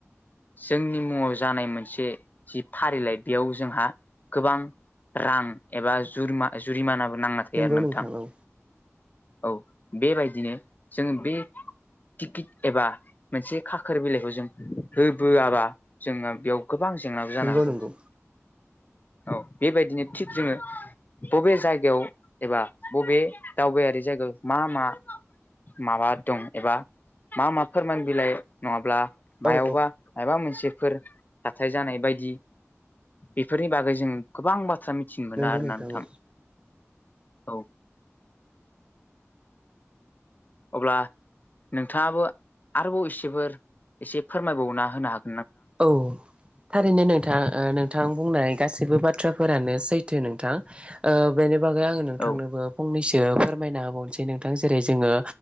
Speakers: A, on the left; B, on the right.
A: जोंनि मुङाव जानाय मोनसे जि फारिलाइ बेयाव जोंहा गोबां रां एबा जुरि जुरिमानाबो नांना थायो
B: नंगौ
A: आरो नोंथां
B: औ
A: औ बेबायदिनो जों बे टिकिट एबा मोनसे खाखोर बिलाइखौ जों होबोआबा जोङो बेयाव गोबां जेंनाबो जानो
B: नंगौ
A: हागौ
B: नंगौ
A: औ बेबायदिनो थिग जोङो बबे जायगायाव एबा बबे दावबायारि जायगायाव मा मा माबा दं एबा मा मा फोरमान बिलाइ नङाब्ला मायावबा
B: औ औ
A: मायबा मोनसे फोर जाथाय जानाय बायदि बेफोरनि बागै जों गोबां बा बाथ्रा मिथिनो मोनो
B: नंगौ
A: आरोना नोंथां
B: औ
A: औ अब्ला नोंथाङाबो आरोबाव एसेफोर एसे फोरमायबावना होनो हागो
B: औ थारैनो नोंथां ओ नोंथां बुंनाय गासै सैबो बाथ्राफोरानो सैथो नोंथां ओ बेनि बागै आङो नोंथांनोबो
A: औ
B: फंनैसो फोरमायना होबावनोसै नोंथां जेरै जोङो